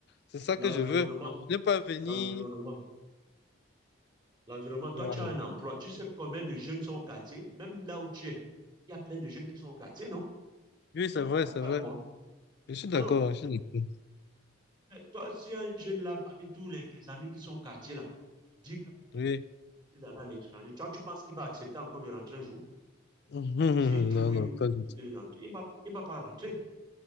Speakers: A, on the left; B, on the right.
A: C'est ça
B: l'environnement,
A: que je veux. ne pas venir.
B: l'environnement, l'environnement.
A: Voilà.
B: Toi, tu as un emploi. Tu sais combien de jeunes sont au quartier, même là où tu es. Il y a plein de jeunes qui sont au quartier, non?
A: Oui, c'est
B: Tu n'es
A: vrai,
B: pas d'accord
A: c'est vrai.
B: avec moi?
A: Je suis d'accord,
B: Alors,
A: je suis d'accord.
B: mais toi, si un jeune là, parmi tous les, tes amis qui sont au quartier là, dit que bon, il
A: Oui.
B: a
A: <laughs>
B: décidé d'aller à l'étranger, toi, tu penses qu'il va accepter encore de rentrer un jour?
A: Non,
B: S'il trouve une
A: non,
B: opportunité
A: pas du tout.
B: de rentrer, il va, il va pas rentrer.